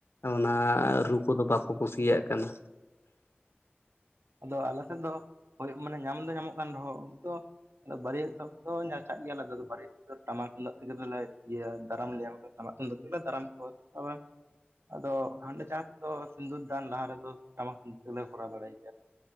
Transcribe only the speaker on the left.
ᱚᱱᱟ ᱨᱩ ᱠᱚᱫᱚ ᱵᱟᱠᱚ ᱠᱩᱥᱤᱭᱟᱜ ᱠᱟᱱᱟ